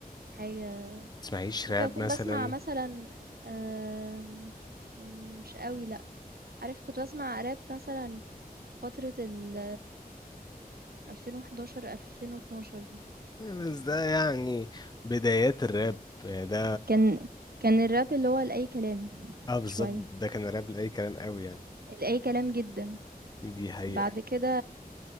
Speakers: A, on the right; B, on the left.
A: حاجة،
B: بتسمعيش
A: ممكن
B: راب
A: أكون
B: مثلا
A: باسمع مثلًا آمم، مش أوي لأ، عارف كنت باسمع راب مثلًا فترة ال 2011، 2012 دي
B: بس ده يعني بدايات الراب يعني ده
A: كان كان الراب اللي هو لأي كلام
B: اه بالظبط
A: شوية
B: ده كان الراب لأي كلام قوي يعني
A: لأي كلام جدا
B: دي حقيقة
A: بعد كده